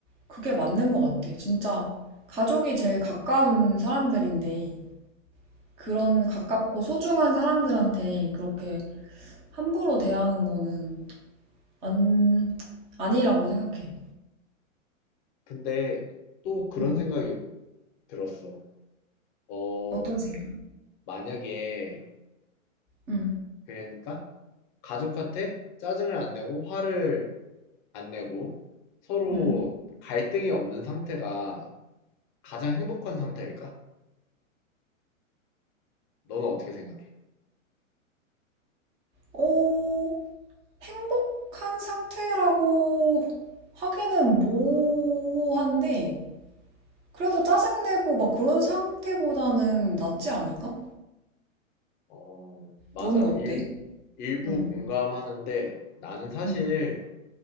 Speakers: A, on the right (about 15°); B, on the left (about 35°).
A: 그게 맞는 것 같아. 진짜 가족이 제일 가까운 사람들인데. 그런 가깝고 소중한 사람들한테 그렇게 함부로 대하는 거는 안, 아니라고 생각해.
B: 근데 또 그런
A: 음,
B: 생각이 들었어. 어,
A: 어떤 생각?
B: 만약에,
A: 응
B: 그러니까 가족한테 짜증을 안 내고 화를 안 내고 서로
A: 응
B: 갈등이 없는 상태가 가장 행복한 상태일까? 너는 어떻게 생각해?
A: 어, 행복한 상태라고 하기는 모호한데, 그래도 짜증내고 막 그런 상태보다는 낫지 않을까?
B: 어, 맞아.
A: 너는 어때?
B: 일, 일부
A: 응
B: 공감하는데 나는 사실
A: 응